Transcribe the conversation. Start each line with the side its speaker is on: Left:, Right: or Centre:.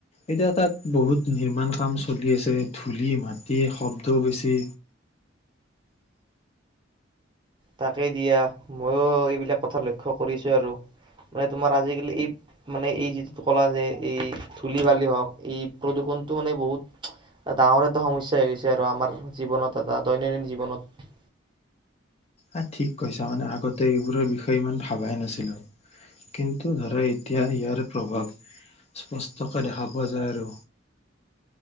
Left: এতিয়া তাত বহুত নিৰ্মান কাম চলি আছে ধূলি মাটি শব্দও বেছি
Right: তাকেই দিয়া ময়ো এইবিলাক কথা লক্ষ্য কৰিছো আৰু মানে তোমাৰ আজিকালি এই মানে এই যিটো কলা যে এই ধূলি বালি হওক এই প্ৰদূষণটো মানে বহুত ডাঙৰ এটা সমস্যা হৈ গৈছে আৰু আমাৰ জীৱনত এটা দৈনন্দিন জীৱনত
Left: আ ঠিক কৈছা মানে আগতে এইবোৰৰ বিষয়ে ইমান ভাবাই নাছিলোঁ কিন্তু ধৰা এতিয়া ইয়াৰ প্ৰভাৱ স্পষ্টকৈ দেখা পোৱা যায় আৰু